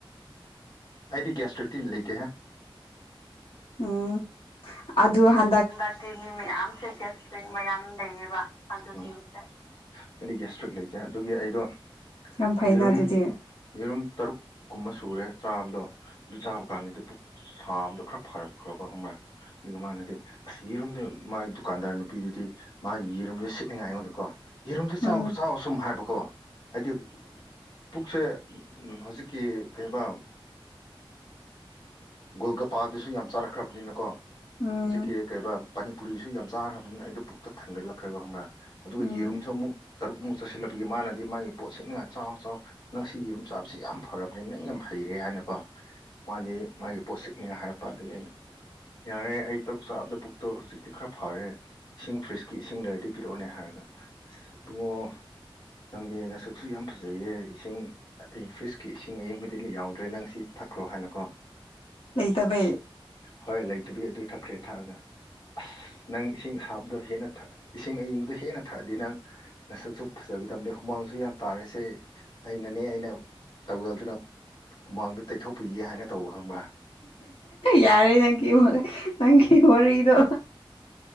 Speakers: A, on the left (about 50°); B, on the left (about 85°).
A: ꯑꯩꯗꯤ ꯒ꯭ꯌꯥꯁꯇꯔꯤꯛꯇꯤ ꯂꯩꯇꯦꯍꯦ
B: ꯎꯝ ꯑꯗꯨ ꯍ
A: ꯍꯟꯗꯛꯇꯤ ꯃꯤ ꯃꯌꯥꯝꯁꯦꯦ ꯃꯌꯥꯝ ꯂꯩꯌꯦꯕ ꯑꯗꯨꯒꯤꯅꯤ ꯍꯥꯏꯗꯤ ꯒꯦꯁꯇ꯭ꯔꯤꯛ ꯂꯩꯇꯦ ꯑꯗꯨꯒꯤ ꯑꯩꯗꯣ
B: ꯌꯥꯝ ꯐꯩꯅ
A: ꯌꯦꯔꯨꯝ
B: ꯑꯗꯨꯗꯤ
A: ꯌꯦꯔꯨꯝ ꯇꯔꯨꯛ ꯀꯨꯝꯕ ꯁꯨꯔꯦ ꯆꯥꯕꯗꯣ ꯑꯗꯨ ꯆꯥꯕ ꯀꯥꯟꯗ ꯁꯥꯕꯗꯣ ꯈꯔ ꯐꯔꯛꯈ꯭ꯔꯕ ꯈꯪꯕ꯭ꯔꯥ ꯑꯗꯨꯒ ꯃꯥꯅꯗꯦ ꯑꯁ ꯌꯦꯔꯨꯝꯝꯗ ꯃꯥꯒꯤ ꯗꯨꯀꯥꯟꯗꯥꯔ ꯅꯨꯄꯤꯗꯨꯗꯤ ꯃꯥꯒꯤ ꯌꯦꯔꯣꯝꯗꯣ ꯁꯤꯠꯅꯤꯡꯉꯥꯏ ꯑꯩꯉꯣꯟꯗꯀꯣ ꯌꯦꯔꯨꯝꯗ ꯆꯥꯎ
B: ꯎꯝ
A: ꯑꯁꯨꯝ ꯍꯥꯏꯕꯀꯣ ꯍꯥꯏꯗꯤ ꯄꯨꯛꯁꯦ ꯍꯧꯖꯤꯛꯀꯤ ꯀꯩꯕ ꯒꯣꯜꯒꯄꯥꯗꯨꯁꯨ ꯌꯥꯝ ꯆꯥꯔꯛꯈ꯭ꯔꯕꯅꯤꯅꯀꯣ
B: ꯎꯝ
A: ꯍꯧꯖꯤꯛꯀꯤ ꯀꯩꯕꯥ ꯄꯅꯤꯄꯨꯔꯤꯁꯨ ꯌꯥꯝ ꯆꯥꯈ꯭ꯔꯕꯅꯤꯅ ꯑꯩꯗ ꯄꯨꯛꯇ ꯊꯟꯒꯠꯂꯛꯈ꯭ꯔꯕ ꯈꯪꯕ꯭ꯔꯥ ꯑꯗꯨꯒ
B: ꯎꯝ
A: ꯌꯦꯔꯨꯝꯁꯨ ꯑꯃꯨꯛ ꯇꯔꯨꯛꯃꯨꯛ ꯆꯠꯁꯤꯜꯂꯛꯄꯒꯤ ꯃꯥꯅꯗꯤ ꯃꯥꯒꯤ ꯄꯣꯠ ꯁꯠꯅꯤꯡꯉꯥꯏ ꯆꯥꯎ ꯆꯥꯎ ꯅꯪꯁꯤ ꯌꯦꯔꯨꯝ ꯆꯥꯕꯁꯤ ꯌꯥꯝ ꯐꯔꯕꯅꯤ ꯅꯪ ꯌꯥꯝ ꯍꯩꯔꯦ ꯍꯥꯏꯅꯀꯣ ꯃꯥꯗꯤ ꯃꯥꯒꯤ ꯄꯣꯠꯁꯤꯛꯅꯤꯅ ꯍꯥꯏꯔꯛꯄ ꯑꯗꯨꯒꯤ ꯑꯩꯅ ꯌꯥꯔꯦ ꯑꯩ ꯇꯔꯨꯛ ꯆꯥꯕꯗ ꯄꯨꯕꯨꯛꯇꯣ ꯍꯧꯖꯤꯛꯇꯤ ꯈꯔ ꯐꯔꯦ ꯏꯁꯤꯡ ꯐ꯭ꯔꯤꯖꯀꯤ ꯏꯁꯤꯡ ꯂꯩꯔꯗꯤ ꯄꯤꯔꯛꯑꯣꯅꯦ ꯍꯥꯏꯔꯒ ꯑꯁ ꯏꯕꯨꯡꯉꯣ ꯅꯪꯗꯦ ꯅꯁꯛꯁꯨ ꯌꯥꯝ ꯐꯖꯩꯌꯦ ꯏꯁꯤꯡ ꯑꯩ ꯐ꯭ꯔꯤꯖꯀꯤ ꯏꯁꯤꯡ ꯑꯌꯤꯡꯕꯗꯤ ꯌꯥꯎꯗ꯭ꯔꯦ ꯅꯪ ꯁꯤ ꯊꯛꯈ꯭ꯔꯣ ꯍꯥꯏꯅꯀꯣ
B: ꯂꯩꯇꯕꯩ
A: ꯍꯣꯏ ꯂꯩꯇꯕꯤ ꯑꯗꯨ ꯊꯛꯈ꯭ꯔꯦ ꯊꯛꯑꯒ ꯑꯁ ꯅꯪ ꯏꯁꯤꯡ ꯑꯁꯥꯕꯗꯣ ꯍꯦꯟꯅꯛ ꯏꯁꯤꯡ ꯑꯌꯪꯕꯗ ꯍꯦꯟꯅ ꯊꯛꯑꯗꯤ ꯅꯪ ꯉꯁꯛꯁꯨ ꯐꯖꯒꯗꯕꯅꯤ ꯍꯨꯃꯥꯡꯁꯨ ꯌꯥꯝ ꯇꯥꯔꯦꯁꯦ ꯑꯩꯅꯅꯦ ꯑꯩꯅ ꯇꯧꯖꯗꯨꯅ ꯍꯨꯃꯥꯡꯗ ꯇꯩꯊꯣꯛꯄꯤꯒꯦ ꯍꯥꯏꯅ ꯇꯧꯕ ꯈꯪꯕ꯭ꯔꯥ
B: ꯌꯥꯔꯦ ꯅꯪꯀꯤ ꯃꯔꯤ ꯅꯪꯀꯤ ꯃꯔꯤꯗꯣ